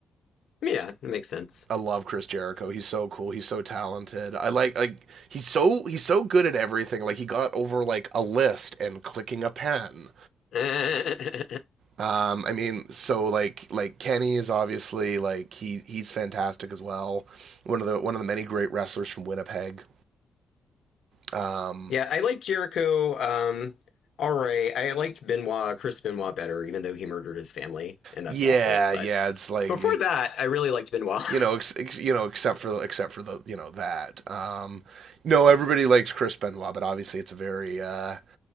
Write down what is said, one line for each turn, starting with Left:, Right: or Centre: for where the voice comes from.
Left: Yeah, it makes sense.
Right: I love Chris Jericho. He's so cool. He's so talented. I like like he's so he's so good at everything. Like he got over like a list and clicking a pen.
Left: <laughs>
Right: Um, I mean, so like like Kenny is obviously like he he's fantastic as well. One of the one of the many great wrestlers from Winnipeg. Um,
Left: Yeah, I liked Jericho. Um, all right, I liked Benoit, Chris Benoit better, even though he murdered his family, and
Right: yeah,
Left: that's awful. But
Right: yeah, it's like
Left: before that, I really liked Benoit.
Right: you
Left: <laughs>
Right: know, ex, ex, you know, except for the, except for the you know that. Um, no, everybody likes Chris Benoit, but obviously it's a very uh,